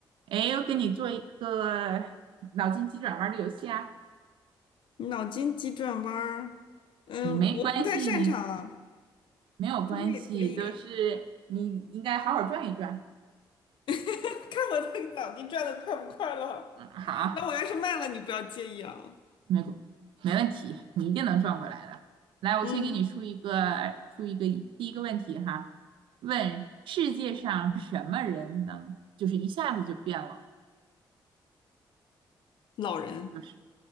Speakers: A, on the right (about 80°); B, on the left (about 75°).
A: 哎，我给你做一个脑筋急转弯的游戏啊！
B: 脑筋急转弯儿，嗯，
A: 你没关系，
B: 我不太擅长，
A: 你没有关系，
B: 不过也可以。
A: 都是你应该好好转一转。
B: <laughs> 看我的脑筋转的快不快了？
A: 嗯，好啊，
B: 那我要是慢了，你不要介意啊。
A: 没没问题，你一定能转过来的。来，我先给你出一个出一个第一个问题哈，
B: 嗯，
A: 问世界上什么人能就是一下子就变了，
B: 老人、
A: 就是